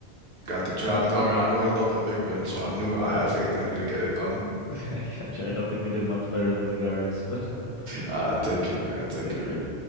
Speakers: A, on the right; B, on the left.
A: you got the job
B: that was good.
A: done, man. I know you love them big men, so I knew I
B: Yeah,
A: had
B: I got
A: faith in
B: you.
A: you to get
B: <laughs>
A: it done.
B: I got you. I don't think we did much better than the guards, <laughs> but um,
A: Uh, take care, man. Take
B: take
A: care.
B: care.